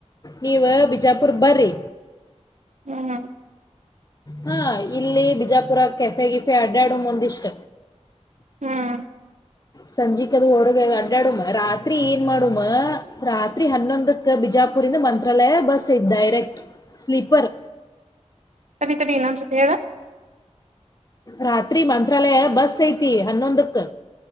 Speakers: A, on the left; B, on the right.
A: ನೀವ ಬಿಜಾಪುರ್ ಬರ್ರಿ
B: ಹ್ಮ್
A: ಹಾ ಇಲ್ಲಿ ಬಿಜಾಪುರ ಕೆಫೆ ಗಿಫೆ ಅಡ್ಡ್ಯಾಡ ಮುಂದಿಷ್ಟ
B: ಹ್ಮ್
A: ಸಂಜಿಕ್ದು ಹೊರಗೆ ಅಡಾಡಮ್ಮ ರಾತ್ರಿ ಏನ್ ಮಾಡಮ್ಮ ರಾತ್ರಿ ಹನ್ನೊಂದಕ್ಕ ಬಿಜಾಪುರಿಂದ ಮಂತ್ರಾಲಯ ಬಸ್ ಇದ ಡೈರೆಕ್ಟ್ ಸ್ಲೀಪರ್
B: ತಡಿ ತಡಿ ಇನ್ನೊಂದ್ಸತಿ ಹೇಳ
A: ರಾತ್ರಿ ಮಂತ್ರಾಲಯ ಬಸ್ ಸೇತಿ ಹನ್ನೊಂದಕ್ಕೆ